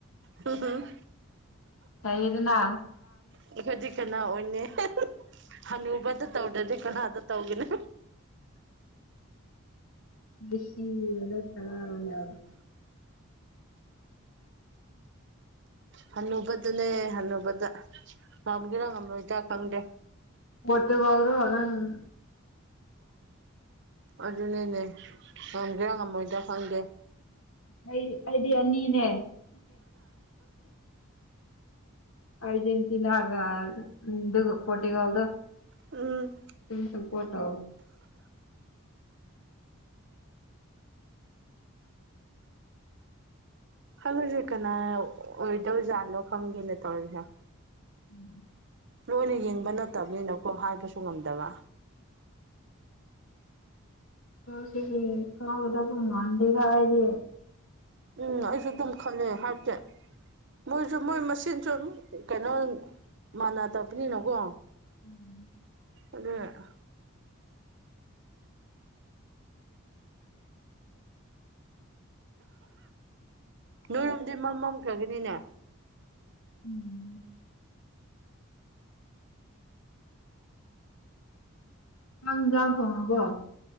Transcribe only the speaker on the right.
ꯍꯝ ꯍꯝ
ꯑꯩꯈꯣꯏꯗꯤ ꯀꯅꯥ ꯑꯣꯏꯅꯤ ꯍꯅꯨꯕꯗ ꯇꯧꯗ꯭ꯔꯗꯤ ꯀꯅꯥꯗ ꯇꯧꯒꯦꯅꯤ
ꯍꯟꯅꯨꯕꯗꯅꯦ ꯍꯟꯅꯨꯕꯗ ꯉꯝꯒꯦꯔꯥ ꯉꯝꯂꯣꯏꯗ꯭ꯔꯥ ꯈꯪꯗꯦ
ꯑꯗꯨꯅꯤꯅꯦ ꯉꯝꯒꯦ ꯉꯝꯃꯣꯏꯗ ꯈꯪꯒꯦ
ꯎꯝ
ꯆꯂꯦ ꯀꯅꯥ ꯑꯣꯏꯋꯗꯧꯖꯥꯅꯣ ꯈꯪꯒꯦꯅꯦ ꯇꯧꯖ
ꯂꯣꯏꯅ ꯌꯦꯡꯕ ꯅꯠꯇꯕꯅꯤꯅꯀꯣ ꯍꯥꯏꯕꯁꯨ ꯉꯝꯗꯕ
ꯎꯝ ꯑꯩꯁꯨ ꯑꯗꯨꯝ ꯈꯪꯉꯦ ꯍꯥꯏꯕꯗꯤ ꯃꯣꯏꯁꯨ ꯃꯣꯏ ꯃꯆꯤꯟꯁꯨ ꯑꯗꯨꯝ ꯀꯩꯅꯣ ꯃꯥꯟꯅꯗꯕꯅꯤꯅꯀꯣ
ꯑꯗꯨꯅ ꯑꯍ ꯅꯣꯏꯔꯨꯝꯗꯤ ꯃꯝꯃꯝꯈ꯭ꯔꯒꯅꯤꯅꯦ꯫